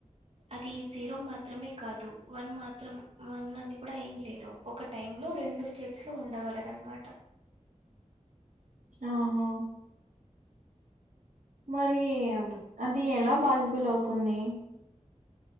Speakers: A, on the right (about 50°); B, on the right (about 80°).
A: అది జీరో మాత్రమే కాదు వన్ మాత్రం వన్ అని కూడ ఏం లేదు ఒక టైమ్ లో రెండు స్టేట్స్ లో ఉండగలదు అనమాట
B: ఆహ మరి అది ఎలా పాసిబుల్ అవుతుంది